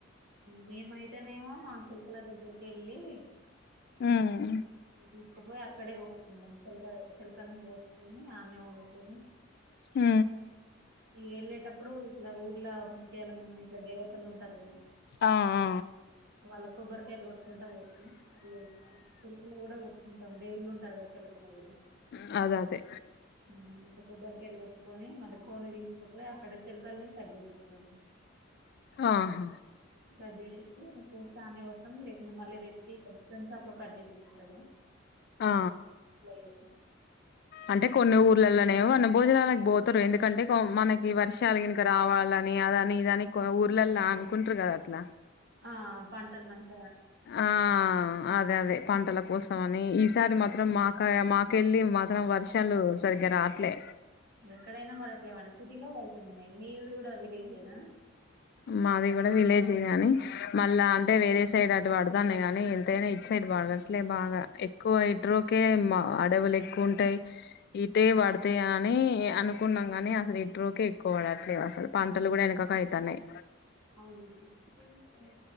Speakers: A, on the right; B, on the left.
A: మేమైతేనేమో మా చిలుకల దగ్గరికి వెళ్ళి
B: ఉమ్
A: ఇట్లా తీసుకపోయి అక్కడే కోరుకుంటాం చేలక చెలకల్ని కోసుకొని ఆడనే వండుకొని
B: హు
A: ఇగ వెళ్ళేటప్పుడు ఇట్ల ఊర్ల ముత్యాలమ్మ అనీ ఇట్లా దేవతలు ఉంటారు కద
B: అ ఆ
A: మళ్ల కొబ్బరి కయలు కొట్కుంట పోతే ళ్ళ చెలకల కూడా కొట్టుకుంటాం దేవుళ్ళు ఉంటారు కదా చిలకలో కూడా
B: ఉ అదదే
A: మ ఇంకా కొబ్బరి కాయలు కొట్టుకొని మల్ల ఫోను తీసుకుపోయి అక్కడ చెలకల్ని సర్ చేపిస్తాము
B: ఆహా
A: కట్ చెప్పిచ్చి నేన్ కోస్తానే వస్తాం లేకుంటే మళ్ళీ వెతికి చికెన్ షాప్ లో కట్ చేసి డీప్ ఫ్రై
B: ఆ
A: ఆ
B: అంటే కొన్ని ఊర్లలోనేమో వన భోజనాలకు పోతురు ఎందుకంటే మనకి వర్షాల గని రావాలని అద అని ఇద అని కొన్ని ఊర్లల్లో అనుకుంటారు కదా అట్లా
A: ఆ పంటలు మంచి
B: ఆ అదే అదే పంటల కోసమని ఈసారి మాత్రం మాక మాకెళ్ళి మాత్రం వర్షాలు సరిగ్గా రాట్లే
A: ఎక్కడైనా పడట్లేమండి సిటీలో పడుతున్నాయి మీది కూడా విలేజేనా
B: మాది కూడా విలేజీ గాని మళ్ళా అంటే వేరే సైడ్ అటు పడతాన్నై గాని ఎంతైనా ఇట్ సైడ్ పడద అట్లే బాగా ఎక్కువ ఇట్రో కే మా అడవులు ఎక్కువ ఉంటాయి ఇటే పడతాయి అని అనుకున్నాం కాని అసలు ఇట్రోకే ఎక్కువ పడట్లేదు అసలు పంటలు కూడా వెనకకైతాన్నాయి
A: అవునండి